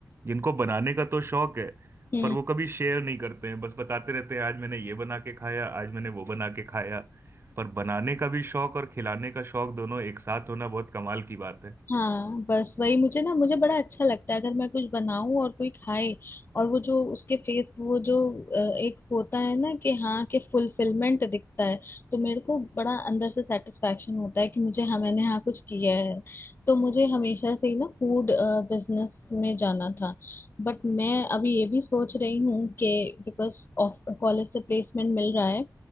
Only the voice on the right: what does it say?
जिनको बनाने का तो शौक है
पर वो कभी शेयर नहीं करते हैं बस बताते रहते हैं आज मैंने ये बना के खाया आज मैंने वो बना के खाया पर बनाने का भी शौक और खिलाने का शौक दोनों एक साथ होना बहुत कमाल की बात